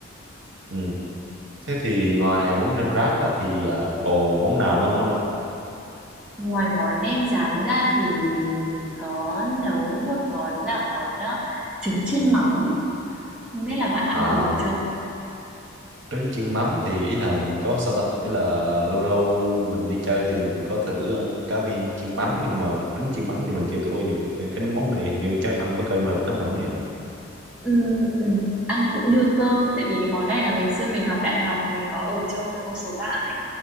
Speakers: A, on the right; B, in the centre.
A: Ừ. thế thì ngoài món nem rán ra thì uh, còn món nào nữa không các bạn
B: Ngoài món nem rán ra thì mình có nấu một món là món, ơ, trứng chiên mắm, không biết là bạn ăn
A: à
B: bao giờ chưa?
A: trứng chiên mắm thì ý là mình có sao ta ý là lâu lâu mình đi chơi thì mình có thử ờ, cá viên chiên mắm nhưng mà trứng chiên mắm thì mình chưa thử bao giờ nên cái món này hình như chắc ăn với cơm hợp lắm phải không nhỉ
B: Ừm, ừm, ăn nó cũng đưa cơm, tại vì cái món này là ngày xưa mình học đại học mình có ở chung với một số bạn ấy.